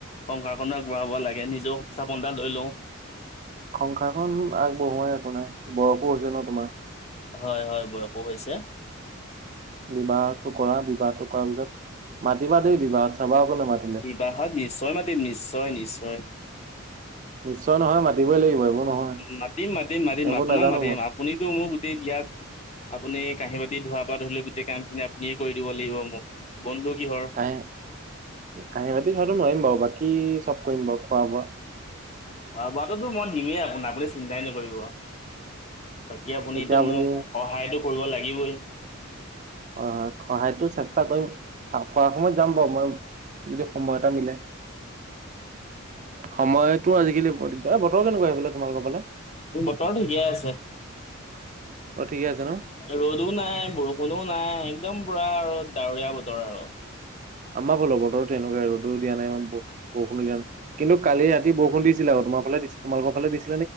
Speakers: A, on the left; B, on the right.
A: সংসাৰখনো আগবঢ়াব লাগে নিজেও সংস্থাপন এটা লৈ লওঁ।
B: সংসাৰখন আগবঢ়োৱা একো নাই বয়সো হৈছে ন তোমাৰ।
A: হয় হয় বয়সো হৈছে।
B: বিবাহটো কৰা বিবাহটো কৰাৰ পিছত মাতিবা দেই বিবাহত চাবা আকৌ নামাতিলে।
A: বিবাহত নিশ্চয় মাতিম নিশ্চয় নিশ্চয়।
B: নিশ্চয় নহয় মাতিবই লাগিব এইবোৰ নহয়
A: মাতিম মাতিম মাতিম
B: এইবোৰ
A: আপোনাক
B: নাজানো
A: মাতিম
B: মই
A: আপুনিতো মোৰ গোটেই বিয়াত আপুনি কাঁহী বাতি ধোৱা পৰা ধৰি ল' গোটেই কামখিনি আপুনিয়েই কৰি দিব লাগিব মোক বন্ধু কিহৰ
B: কাহে কাঁহী বাতি ধোৱাটো নোৱাৰিম বাৰু, বাকী চব কৰিম বাৰু খোৱা বোৱা।
A: খোৱা বোৱাটোতো মই দিমেই আপোনাক, আপুনি চিন্তাই নকৰিব। বাকী আপুনিটো
B: এতিয়া আপুনি
A: মোক সহায়তো কৰিব লাগিবই।
B: হয় হয়, সহায়তো চেষ্টা কৰিম। খা- খোৱাৰ সময়ত যাম বাৰু, মই যদি সময় এটা মিলে। সময়তো আজিকালি বৰ দিগদাৰ। এ বতৰ কেনেকুৱা সেইফালে, তোমালোকৰ ফালে?
A: বতৰ ঠিকে আছে।
B: অঁ, ঠিকে আছে ন।
A: ৰ'দো নাই, বৰষুণো নাই, একদম পুৰা আৰু ডাৱৰীয়া বতৰ আৰু।
B: আমাৰ ফালো বতৰতো এনেকুৱাই ৰদো দিয়া নাই ইমান বৰষুণো দিয়া নাই। কিন্তু কালি ৰাতি বৰষুণ দিছিল আৰু তোমাৰ ফালে তোমালোকৰ ফালে দিছিল